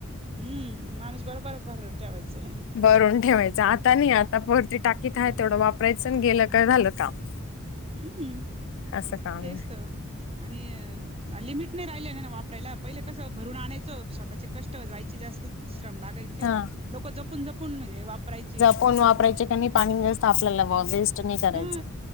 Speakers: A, on the right (about 25°); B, on the left (about 60°).
A: हम्म माणूस बरोबर भरून ठेवायचं.
B: बरून ठेवायचं आता नी आता वरती टाकीत आहे तेवढं वापरायचं आणि गेलं काय झालं काम.
A: हम् हम्
B: असं काम
A: तेच
B: आहे
A: तर आणि लिमिट नाही राहिलंय न वापरायला पहिले कसं भरून आणायचं स्वतःचे कष्ट जायचे जास्त श्रम लागायचे.
B: हा
A: लोक जपून जपून म्हणजे वापरायचे.
B: कोण वापरायचे काणी. पाणी जास्त आपल्याला व बेस्ट नाही करायचं
A: हा